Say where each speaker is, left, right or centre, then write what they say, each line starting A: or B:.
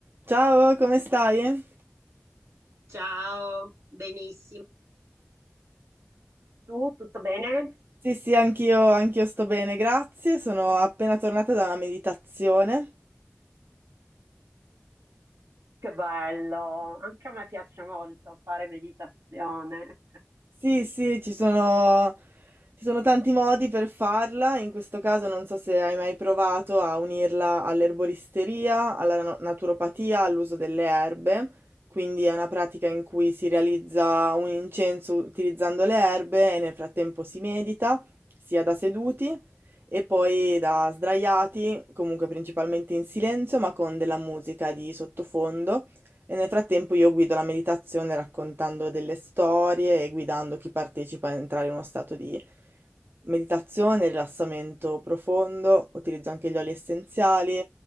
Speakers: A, on the right; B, on the right.
A: Ciao, come stai?
B: Ciao, benissimo. Tu, tutto bene?
A: Sì, sì, anch'io, anch'io sto bene, grazie. Sono appena tornata da una meditazione.
B: Che bello, anche a me piace molto fare meditazione,
A: Sì, sì, ci sono, ci sono tanti modi per farla. In questo caso non so se hai mai provato a unirla all'erboristeria, alla na- naturopatia, all'uso delle erbe. Quindi è una pratica in cui si realizza un incenso utilizzando le erbe e nel frattempo si medita, sia da seduti e poi da sdraiati, comunque principalmente in silenzio, ma con della musica di sottofondo. E nel frattempo io guido la meditazione raccontando delle storie e guidando chi partecipa a entrare in uno stato di meditazione, rilassamento profondo, utilizzo anche gli oli essenziali,